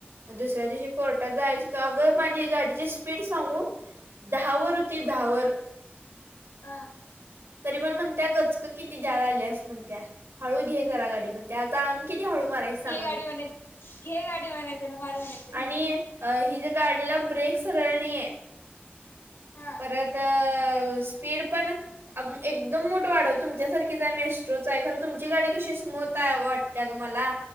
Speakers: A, on the right; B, on the left.
A: मग दुसऱ्या दिवशी कोर्टात जायचं होत तेव्हा गप माझी ही गाडीची स्पीड सांगू. दहा वर होती. दहा वर.
B: अ
A: तरी पण म्हणत्या गचक किती दळायल्यास म्हणत्या. हळू घे जरा गाडी म्हणत्या. आता आणि किती हळू मारायच सांग
B: घे गाडी
A: बाई.
B: म्हणाय घे गाडी म्हणायचं ना मार म्हणायचं का?
A: आणि अ हिच्या गाडीला ब्रेक सरळ नाहीये.
B: हा
A: परत स्पीड पण अ एकदम मुठं वाढवय तुमच्याारखीचय मेस्ट्रोच आहे खर. तुमची गाडी कशी स्मूथ आहे वाटते ग मला.